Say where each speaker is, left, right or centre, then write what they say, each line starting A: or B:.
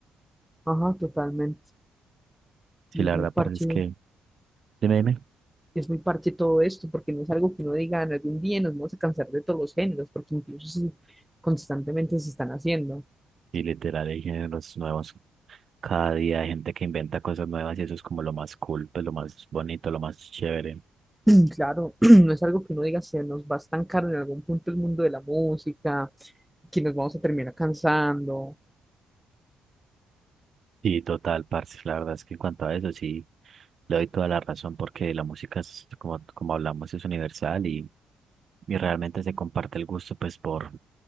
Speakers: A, in the centre; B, on the right (about 50°).
A: Ajá, totalmente.
B: sí,
A: Y
B: la
A: es
B: verdad,
A: muy parche,
B: parce, es que, dime, dime.
A: es muy parche todo esto porque no es algo que uno diga "Ah, en algún día nos vamos a cansar de todos los géneros porque incluso se- constantemente se están haciendo.
B: Y literal, hay géneros nuevos. Cada día hay gente que inventa cosas nuevas y eso es como lo más cool, pues lo más bonito, lo más chévere.
A: <clears throat> Claro, <clears throat> no es algo que uno diga, se nos va a estancar en algún punto el mundo de la música, que nos vamos a terminar cansando.
B: Sí, total, parce. La verdad es que en cuanto a eso, sí, le doy toda la razón porque la música es, como, como hablamos, es universal y, y realmente se comparte el gusto, pues, por,